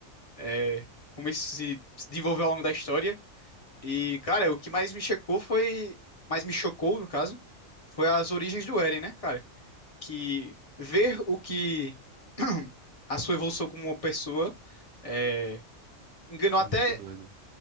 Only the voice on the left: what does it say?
é, como isso se se desenvolveu ao longo da história. E cara, o que mais me chocou foi, mais me chocou no caso, foi as origens do Eren, né, cara? que ver o que a sua evolução como uma pessoa é, enganou
até.